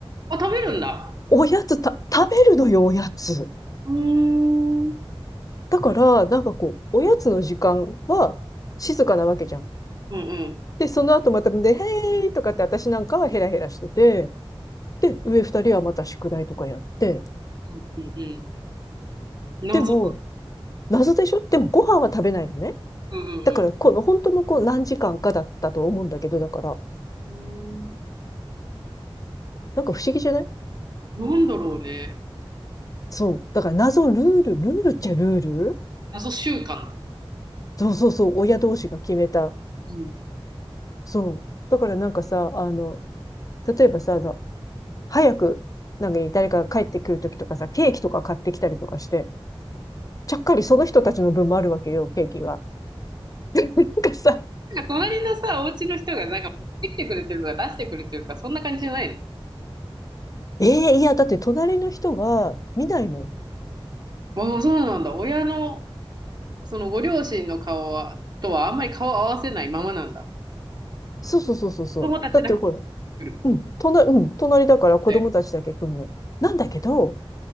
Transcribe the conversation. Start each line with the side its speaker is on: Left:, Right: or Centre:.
Right: あ食べるんだ
Left: おやつた、食べるのよ、おやつ。
Right: うーん。うん
Left: だから、なんかこう、おやつの時間は静かなわけじゃん。
Right: うん
Left: で、その後またで、へーいとかって私なんかはヘラヘラしてて、で、上二人はまた宿題とかやって、
Right: うんうんうん謎、
Left: でも、謎でしょでもご飯は食べないのね。
Right: うんうん
Left: だから、この本当のこう何時間かだったと思うんだけど、だから、
Right: うん。
Left: なんか不思議じゃない
Right: うん。なんだろうね。
Left: そう。だから謎ルール、ルールっちゃルール
Right: 謎習慣だね。
Left: そうそうそう、親同士が決めた。
Right: うん。
Left: そう。だからなんかさ、あの、例えばさ、あの早く、なんかね誰かが帰ってくるときとかさ、ケーキとか買ってきたりとかして、ちゃっかりその人たちの分もあるわけよ、ケーキが。<laughs> なんかさ、
Right: なんか隣のさ、お家の人がなんか持ってきてくれてるとか出してくれてるとか、そんな感じじゃない
Left: ええーいや、だって隣の人は見ないもん。
Right: の？ああ、そうなんだ。親のそのご両親の顔はとはあんまり顔を合わせないままなんだ。
Left: そうそうそうそうそう。
Right: 子供たちだけ
Left: だってほら、
Right: 来る。
Left: うん、隣、うん、隣だから子供たちだけ来んの。
Right: はい。
Left: なんだけど、